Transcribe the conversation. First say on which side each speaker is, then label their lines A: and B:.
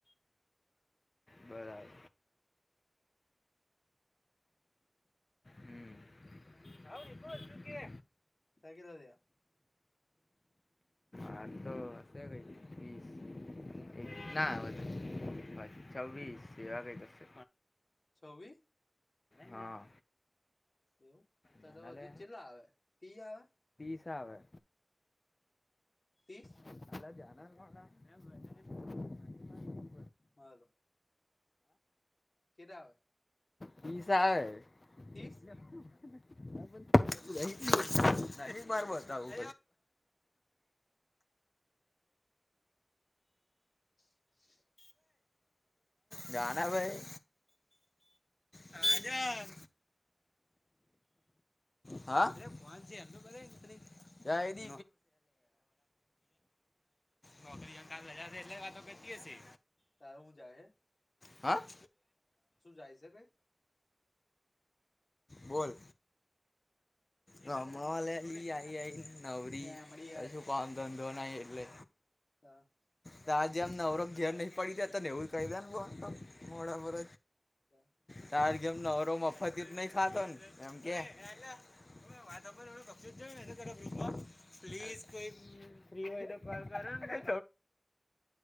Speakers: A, on the left; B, on the left.
A: બરાબર હમ, <unintelligible> કો શું કે?
B: ફેકી દો ત્યા
A: આતો હશે કઈ વીસ. ના વધે ભાઈ, છવ્વીસ એ આવે કશે
B: છવ્વી?
A: હા.
B: એવું, ત
A: જાનાલે
B: તો હજુ ચેટલા આવે? તી આવે?
A: તા આવે
B: ત્રીસ
A: <unintelligible>
B: હલો, કેટા આવે?
A: વીસ આવે
B: ત્રીસ?
A: <unintelligible> માર બતાવું.
B: <inaudible>
A: જાના ભાઈ. હાજા. હા <unintelligible> ડરી ગયો છે એટલે <unintelligible> નોકરી ક હજાર એટલે વાતો કેતી હશે.
B: તારું હું જાહે?
A: હા <unintelligible>
B: જાય છે કઈ
A: બોલ. રામે
B: કશું નહી
A: એલી આઈ આઈ નવરી
B: એમડી
A: <unintelligible> ધંધો નાય એટલે.
B: તા.
A: તા જેમને નવરોખ ઘેર નહ પડી રહ્યા હતા ને એવું કહી દ ને મોડા પર.
B: <inaudible>
A: તાર ગેમ નવરો મફત નઈ ખાતોને એમ કે. એટ વાતર થડું કક્ષું જ જ મે ત ગ્રુપમાં પ્લીઝ કોઈ ફ્રી હોય તો કોલ કરોને <unintelligible> <unintelligible>